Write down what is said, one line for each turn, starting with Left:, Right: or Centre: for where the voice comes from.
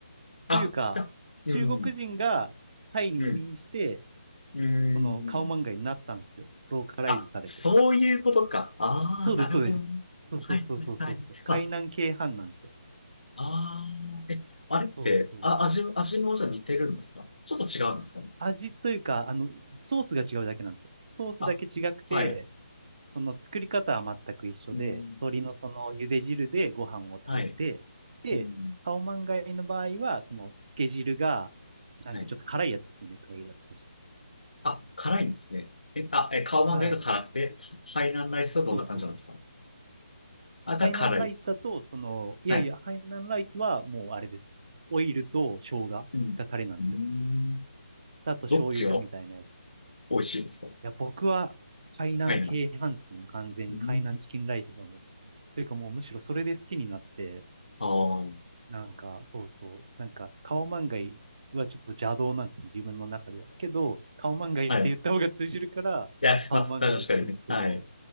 Left: あ、
Right: というか、
Left: じゃあ、うん、
Right: 中国人がタイに移民して、
Left: うん、うん。
Right: その顔漫画になったんですよ。ローカライズされて。
Left: あ、そういうことか。ああ、
Right: そうです、
Left: なるほど。
Right: そうです。そうそうそうそうそうそう。
Left: はいはいはい。
Right: 海南系飯なんですよ。
Left: あ、ああ、え、あれって、
Right: そうそう。
Left: あ、味、味もじゃあ似てるんですかちょっと違うんですかね。
Right: 味というか、あの、ソースが違うだけなんですよ。ソースだけ違くて、
Left: あ、はい。
Right: その作り方は全く一緒で、
Left: うん、
Right: 鶏のその茹で汁でご飯を炊いて、
Left: はい。
Right: で、
Left: うん、
Right: カオマンガイの場合は、その漬け汁が、なんかちょっと辛いやつですよね、
Left: はい。
Right: タイだったし。
Left: あ、辛いんですね。え、あ、え、カオマンガイが辛くて、
Right: はい。
Left: ハハイナンライスはどんな感じなんですか
Right: そうそう。
Left: あ、が辛い。
Right: ハイナンライスだと、その、いやいや、
Left: はい。
Right: ハイナンライスはもうあれです。オイルと生姜がタレなんですよ。
Left: うん。うーん。
Right: あと醤油みたいなやつ。
Left: どっちが
Right: い
Left: 美味しいですか
Right: や、僕は、海南系派ですね。
Left: はい、
Right: もう完全に海南チキンライスだもん。
Left: うん。
Right: というかもうむしろそれで好きになって、
Left: あ
Right: なんか、そうそう、なんか、カオマンガイはちょっと邪道なんですね、自分の中では。けど、カオマンガイって言った方が通じるから、
Left: あ。<laughs> はい。いや、
Right: カオマンガイって言うんですけど、
Left: まあ、確かにね。はい。